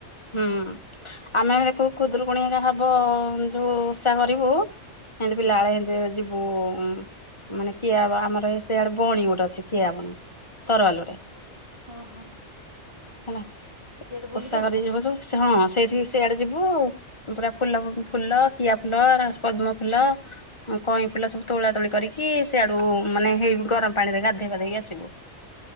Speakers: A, on the left; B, on the right.
A: ହୁଁ ଆମେ ଦେଖୁ ଖୁଦରୁକୁଣୀ ହେକା ହବ ଯୋଉ ଉଷା କରିବୁ ହେମତି ପିଲାବେଳେ ହେମିତି ଯିବୁ ହମ ମାନେ କିଆ ଆମର ଏ ସେଆଡେ ବଣୀ ଗୋଟେ ଅଛି କିଆ ବଣୀ ତରୱାଲ ରେ।
B: ହଁ ହଁ।
A: ହେଲା
B: ସିଆଡ଼େ ବୁଲିକି
A: ଓଷା କରି
B: ଆସ
A: ଯିବୁ ଜଉ ହଁ ସେଇଠି ସେଆଡେ ଯିବୁ ପୁରା ଫୁଲ ଫୁଲ କିଆ ଫୁଲ ଏରା ପଦ୍ମ ଫୁଲ କଇଁ ଫୁଲ ସବୁ ତୋଳା ତୋଳି କରିକି ସେଆଡୁ ମାନେ ହେଇ ଗରମ ପାଣିରେ ଗାଧୋଇପାଧେଇକି ଆସିବୁ।